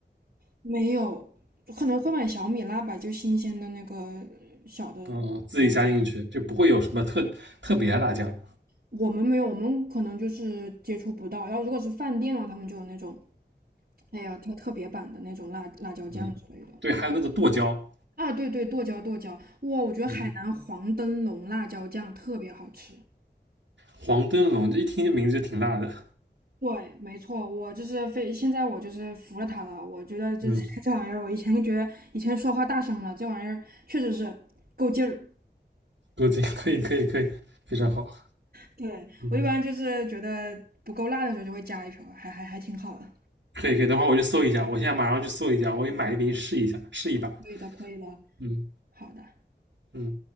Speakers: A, on the right (about 55°); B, on the right (about 90°).
A: 没有，可能会买小米辣吧，就新鲜的那个小的。
B: 嗯，自己加进去就不会有什么特特别的辣酱。
A: 嗯我们没有，我们可能就是接触不到。然后如果是饭店的话，他们就有那种，哎呀，特特别版的那种辣辣椒酱之类的。
B: 嗯，对，还有那个剁椒，
A: 啊，对对，剁椒剁椒，哇，我觉得海南黄灯笼辣椒酱特别好吃。
B: 嗯，黄灯笼，这一听这名字就挺辣的。
A: 对，没错，我就是非现在我就是服了它了。我觉得就是
B: 嗯，
A: <laughs> 这玩意儿，我以前觉得以前说话大声了，这玩意儿确实是够劲儿。
B: 够劲，可以，可以，可以，非常好。
A: 对，
B: 嗯，
A: 我一般就是觉得不够辣的时候就会加一瓢，还还还挺好的。
B: 可以，可以，等会儿我去搜一下，我现在马上去搜一下，我去买一瓶试一下，试一把。
A: 可以的，可以的，
B: 嗯
A: 好的。
B: 嗯，